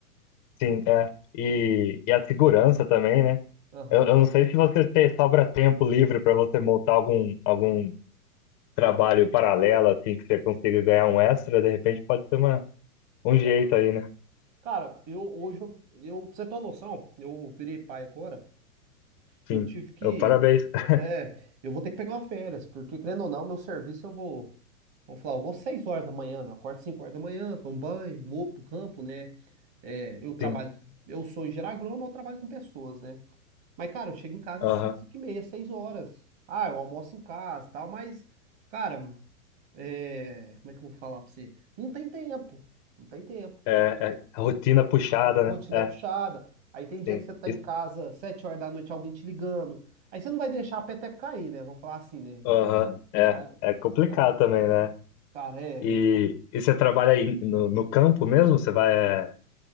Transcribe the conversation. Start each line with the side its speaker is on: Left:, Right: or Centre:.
Left: sim, é. E, e a segurança também, né?
Right: Aham.
Left: Eu, eu não sei se você tem, sobra tempo livre para você montar algum, algum trabalho paralelo, assim, que você consiga ganhar um extra, de repente pode ser uma, um
Right: Aham.
Left: jeito aí, né?
Right: Cara, eu hoje, eu, eu- pra você ter uma noção, eu virei pai agora
Left: Sim.
Right: e eu tive que.
Left: Eu, parabéns. <laughs>
Right: É, eu vou ter que pegar uma férias, porque querendo ou não, meu serviço eu vou. Vamos falar, eu vou 6 horas da manhã, né? Eu acordo 5 horas da manhã, tomo banho, vou pro campo, né? É, eu trabalho.
Left: Sim.
Right: Eu sou engenheiro agrônomo, eu trabalho com pessoas, né? Mas, cara, eu chego em casa
Left: Aham.
Right: às 5, 5 e meia, 6 horas. Ah, eu almoço em casa e tal, mas, cara, é, como é que eu vou falar pra você? Não tem tempo. Não tem tempo
Left: É, é rotina puxada,
Right: a rotina
Left: né? É,
Right: é puxada. Aí tem dia
Left: sim.
Right: que você tá
Left: Isso-
Right: em casa, sete horas da noite, alguém te ligando. Aí você não vai deixar a peteca cair, né? Vamos falar assim, né?
Left: Aham. É,
Right: Ah,
Left: é complicado
Right: Então,
Left: também, né?
Right: cara, é,
Left: E,
Right: eu falo.
Left: e você trabalha aí no, no campo mesmo? Você vai é,